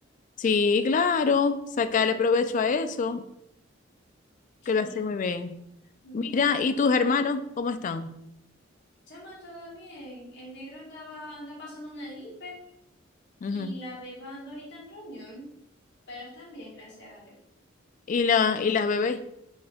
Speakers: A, on the left (about 40°); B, on the left (about 60°).
A: Sí, claro, sacarle provecho a eso,
B: Sí.
A: que lo hace muy bien.
B: ujú.
A: Mira, ¿y tus hermanos
B: Pero,
A: cómo están?
B: chama, todo bien. El negro andaba, anda pasando una gripe
A: Ujú.
B: y la beba anda ahorita en reunión. Pero están bien, gracias a Dios.
A: ¿Y la, y las bebés?